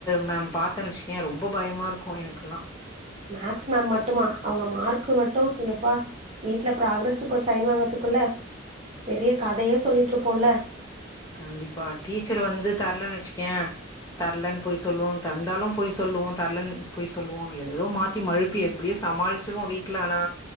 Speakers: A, on the left; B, on the right.
A: மேம் பார்த்தேன் வச்சிக்கோயேன் ரொம்ப பயமா இருக்கும் எனக்குெல்லாம்
B: மேக்ஸ் மேம் மட்டுமா அவங்க மார்க்கு மட்டும் எப்பா வீட்ல ப்ராகரஸ் ரிப்போர்ட் சைன் வாங்கறதுக்குள்ள பெரிய கதையே சொல்லிட்டு இருப்போம்ல
A: கண்டிப்பா டீச்சர் வந்து தரலன்னு வச்சுக்கேன் தரலன்னு பொய் சொல்லுவோம் தந்தாலும் பொய் சொல்லுவோம் தரலன்னு பொய் சொல்லுவோம் எததோ மாத்தி மழுப்பி எப்டியே சமாளிச்சிருவோம் வீட்டுல ஆனா